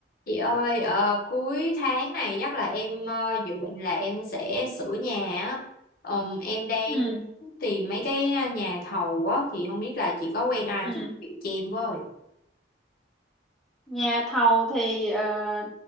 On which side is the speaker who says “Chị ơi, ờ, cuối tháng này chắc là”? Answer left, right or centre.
Left